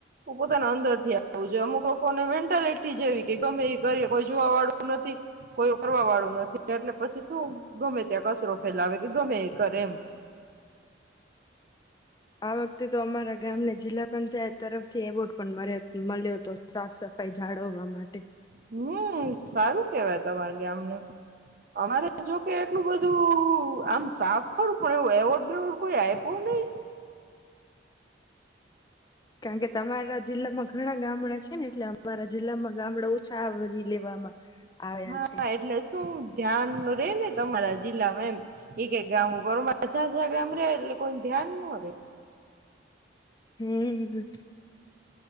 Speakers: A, on the right; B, on the left.
A: હું પોતાના અંદર થી આવું જોઈએ અમુક લોકોને મેન્ટાલિટી જેવી કે ગમે એ કરીએ કોઈ જોવા વાળું નથી કોઈ કરવા વાળું નથી એટલે પછી શું ગમે ત્યાં કચરો ફેલાવે કે ગમે એ કરે એમ
B: આ વખતે તો અમારા ગામને જિલ્લા પંચાયત તરફથી એવોર્ડ પણ મલ્યો હતો સાફ સફાઈ જાળવવા માટે
A: હમ્મ, સારું કેવાય તમારે ગામને. અમારે જોકે એટલું બધું આમ સાફ ખરું પણ એવું એવોર્ડ બેવોર્ડ કોઈ આપ્યું નઈ.
B: કારણ કે તમારા જિલ્લામાં ઘણા ગામડા છે ને એટલે અમારા જિલ્લામાં ગામડા ઓછા આવરી લેવામાં આવ્યા
A: હા,
B: છે
A: એટલે શું ધ્યાન રેય ને તમારા જિલ્લામાં એમ એક ગામ <unintelligible> કોઈ ધ્યાન નો રે.
B: હમ્મ.